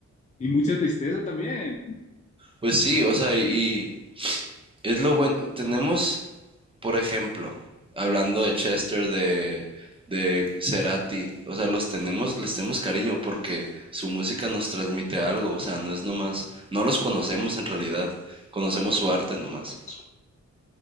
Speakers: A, on the left; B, on the right.
A: y mucha tristeza también.
B: pues sí, o sea, y, y es lo bueno. Tenemos, por ejemplo, hablando de Chester, de, de Cerati, o sea, los tenemos, les tenemos cariño porque su música nos transmite algo, o sea, no es nomás, no los conocemos en realidad, conocemos su arte nomás.
A: Nos